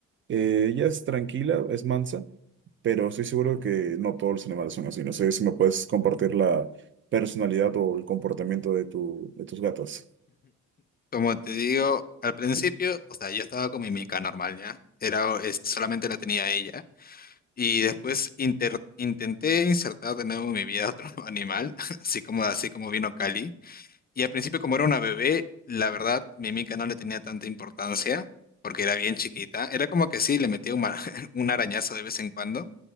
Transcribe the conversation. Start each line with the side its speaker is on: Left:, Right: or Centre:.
Right: eh, ella es tranquila, es mansa, pero estoy seguro que no todos los animales son así. No sé si me puedes compartir la personalidad o el comportamiento de, tu, de tus gatas.
Left: como te digo, al principio, o sea, yo estaba con mi mica normal, ¿ya? Era, es- solamente la tenía ella. Y después inter- intenté insertar de nuevo en mi vida otro <laughs> animal, <laughs> así como, así como vino Cali. Y al principio, como era una bebé, la verdad, mi mica no le tenía tanta importancia, porque era bien chiquita. Era como que sí, le metía un, ma- <laughs> un arañazo de vez en cuando,